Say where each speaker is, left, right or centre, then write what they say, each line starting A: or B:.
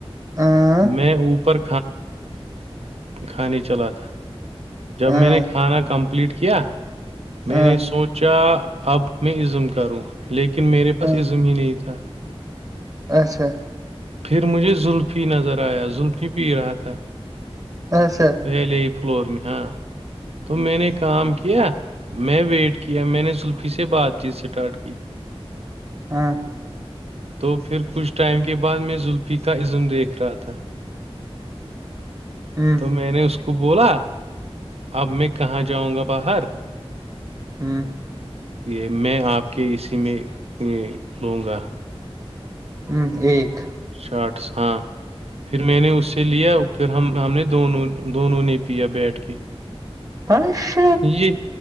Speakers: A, on the right; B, on the right.
A: اں
B: میں اوپر کھانے چلا تھا جب
A: اں
B: میں نے کھانا کمپلیٹ کیا میں
A: اں
B: نے سوچا اب میں کروں لیکن میرے پاس
A: اں
B: عزم ہی نہیں تھا
A: اچھا
B: پھر مجھے زلفی نظر آیا زلفی پی رہا تھا
A: اچ سا
B: ویلے ہی فلور میں ہاں تو میں نے کام کیا میں ویٹ کیا میں نے زلفی سے بات چیت اسٹارٹ کی
A: ہاں
B: تو پھر کچھ ٹائم کے بعد میں زلفی کا عزم دیکھ رہا تھا
A: ہ
B: تو میں نے اس کو کو بولا اب میں کہاں جاؤں گا باہر
A: ہ
B: یہ میں آپ کے اسی میں لوں گا
A: ہوں ایک
B: شارٹس ہاں پھر میں نے اس سے لیا پھر ہم ہم نے دونوں دونوں نے پیا بیٹھ کے
A: پش
B: یہ